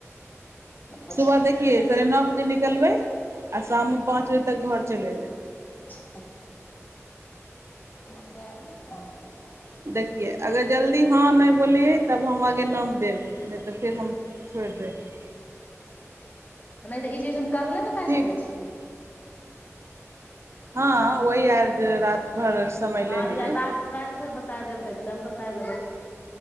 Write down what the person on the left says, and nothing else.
अच्छा
<inaudible> म <inaudible>
नै त ई चीज हम कल नै बताय
सकै छी।
हँ
या रात - राति मे बताइ देब नै त कल बताय देबै।